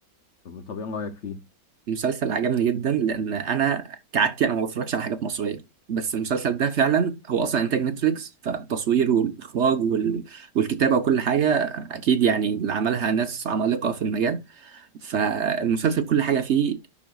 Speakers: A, on the left; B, on the right.
A: طب ايه رايك فيه
B: المسلسل عجبني جدا لان انا كعادتي انا ما بتفرجش على حاجات مصريه بس المسلسل ده فعلا هو اصلا انتاج نتفليكس فالتصوير والاخراج وال... والكتابه وكل حاجه اكيد يعني اللي عملها ناس عمالقه في المجال فالمسلسل كل حاجه فيه